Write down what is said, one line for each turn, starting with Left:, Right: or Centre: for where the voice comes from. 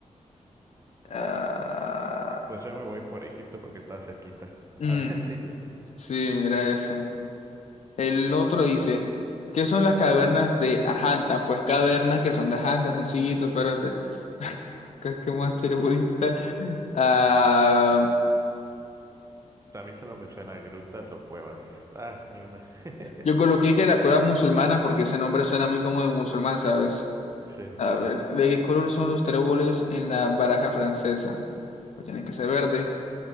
Left: Ah,
Right: Pues yo me voy por Egipto porque está cerquita. <laughs>
Left: mm,
Right: Ah, sí, le-
Left: sí, era ese. El otro dice, ¿qué son las cavernas de Ajanta? Pues cavernas que son de Ajanta, sencillito, pero este, <laughs> ¿qué, qué más terrorista? Ah,
Right: A mí solo me suena a grutas o cuevas. Ah, ni una. <laughs>
Left: yo coloqué que la cueva musulmana porque ese nombre suena muy como de musulmán, ¿sabes?
Right: Sí.
Left: A ver, ¿de qué color son los tréboles en la baraja francesa? Pues tienen que ser verde.